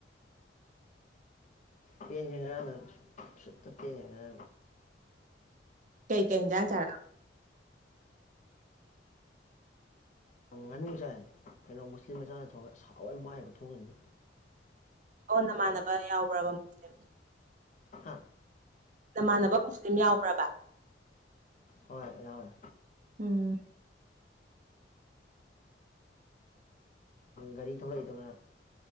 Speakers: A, on the left (about 40°); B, on the right (about 45°).
A: ꯄꯦꯟ ꯍꯦꯡꯒ꯭ꯔꯦ ꯁꯨꯇꯣ ꯄꯦꯟ ꯍꯦꯡꯒ꯭ꯔꯦ
B: ꯀꯩ ꯀꯩꯖꯥꯡ ꯆꯥ
A: ꯉꯥꯅꯨ ꯆꯥꯏ ꯀꯩꯅꯣ ꯃꯨꯁꯂꯤꯝ ꯃꯆꯥꯅ ꯊꯣꯡꯉꯒ ꯑꯁ ꯍꯥꯎꯋꯦ ꯃꯥꯏꯈꯨ ꯊꯣꯡꯗꯤ
B: ꯑꯣ ꯅꯃꯥꯟꯅꯕ ꯌꯥꯎꯕ꯭ꯔꯕ ꯃꯨꯁꯂꯤꯝ
A: ꯍꯥ
B: ꯅꯃꯥꯟꯅꯕ ꯃꯨꯁꯂꯤꯝ ꯌꯥꯎꯕ꯭ꯔꯥꯕ
A: ꯍꯣꯏ ꯌꯥꯎꯋꯦ
B: ꯎꯝ
A: ꯒꯥꯔꯤ ꯊꯧꯔꯛꯏꯗꯨꯉꯥ